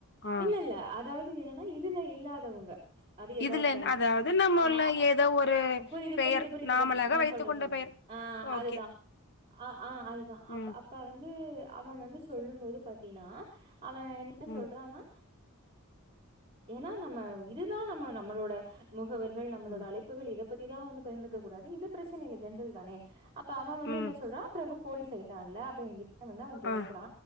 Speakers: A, on the left; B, on the right.
A: ஆ
B: இல்ல இல்ல அதாவது து என்னென்னா இதுல இல்லாதவங்க அது எதார்த்தமா
A: இதுல அதாவது நம்மள்ள
B: ஆ அப்
A: ஏதோ ஒரு
B: அ புரிது
A: பெயர்
B: புரிது புரிது
A: நாமளாக
B: இதப் நா
A: வைத்துக்
B: சொல்ற
A: கொண்ட
B: சொல்ற
A: பெயர்
B: அ ஆ அதுதா
A: ஓகே
B: ஆ ஆ அதுதா அப்ப
A: ம்
B: அப் ப வந்து அவ வந்து சொல்லும்போது பாத்தீன்னா அவ என்ன
A: ம்
B: சொல்றான்னா ஏன்னா நம்ம இதுதா நம்ம நம்மளோட முகவர்கள் நம்மளோட
A: ம்
B: அழைப் புகள் இத பத்திதா வந்து பயிந்துக்க கூடாது இது ப்ரெச்சன இல்ல ஜென்ரல் தானே அப்ப அவ வந்து
A: ம்
B: என்ன சொல்றா பிரபு போலிஸ் ஆயிட்டான்ல அப்ப எங்கிட்ட வந்து அவ கேக்குறா
A: ஆ